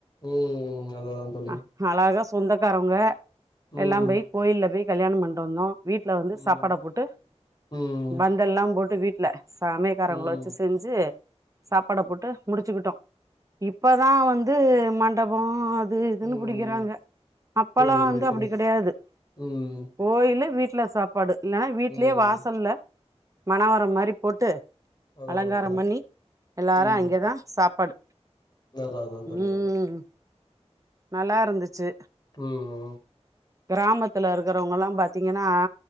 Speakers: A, on the left; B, on the right.
A: ம் அதா தோழி
B: அஹ் அழகா சொந்தக்காரவங்க
A: ம்
B: எல்லா போய் கோயில்ல போய் கல்யாணோ பண்ட்டு வந்தோ வீட்ல வந்து
A: ம்
B: சாப்பாட போட்டு
A: ம்
B: பந்தல்லா போட்டு வீட்ல சமையக்காரவ்ங்ள
A: ம்
B: வெச்சு செஞ்சு சாப்பாட போட் டு முடிச்சுக்கிட்டோ இப்பதா வந்து மண்டபோ அத் து இதுன்
A: ம்
B: புடிக்கிறாங்க அப்பல்லா
A: புரியுது
B: வந்து
A: புரியுது
B: அப்டி
A: தோழி
B: கடயாது
A: ம்
B: கோயில்லு வீட்ல சாப்பாடு இல்லன்னா வீட்லயே
A: ம்
B: வாசல்ல மணவர மாரி போட்டு
A: அதா
B: அலங்காரம்
A: அதா தோழி
B: பண்ணி எல்லாரு
A: ம்
B: அங்க அ சாப்பாடு
A: அதா அதா தோழி
B: ம்
A: அதா
B: நல்லாயிருந்துச்சு
A: ம் ம்
B: கிராமத்துல இருக்கறவங்கள்லா பாத்தீங்கன்னா